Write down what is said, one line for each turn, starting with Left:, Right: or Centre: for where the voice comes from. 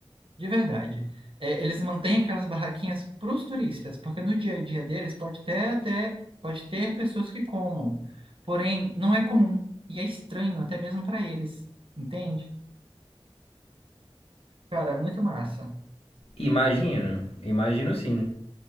Right: de verdade. É, eles mantêm aquelas barraquinhas para os turistas, porque no dia a dia deles pode ter até pode ter pessoas que comam, porém não é comum e é estranho até mesmo para eles, entende? Cara, muito massa.
Left: Imagino, imagino sim.